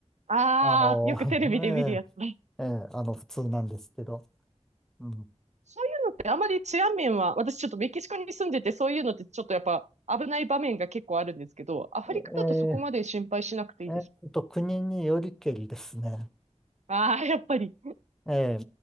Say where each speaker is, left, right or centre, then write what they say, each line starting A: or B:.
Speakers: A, on the right; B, in the centre.
A: ああ、
B: あの、
A: よくテレビで見るやつね。
B: <laughs> ええ、ええ、あの、普通なんですけど、うん、
A: そういうのってあまり治安面は、私ちょっとメキシコに住んでて、そういうのってちょっとやっぱ危ない場面が結構あるんですけど、アフリカだとそこまで心配しなくていいですか
B: えええっと、国によりけりですね。
A: ああー、やっぱり。
B: ええ、